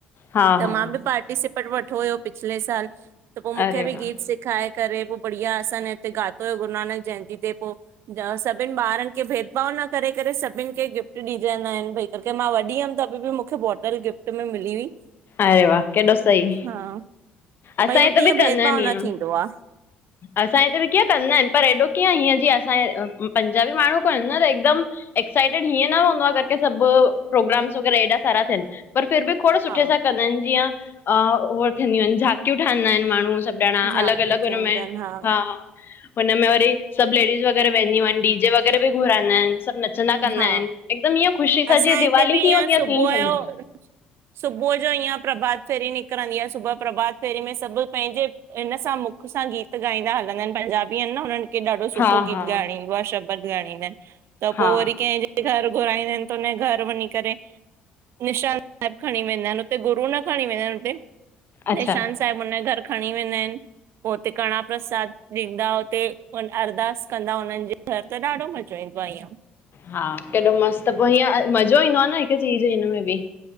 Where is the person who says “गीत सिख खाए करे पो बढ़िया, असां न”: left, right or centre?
Right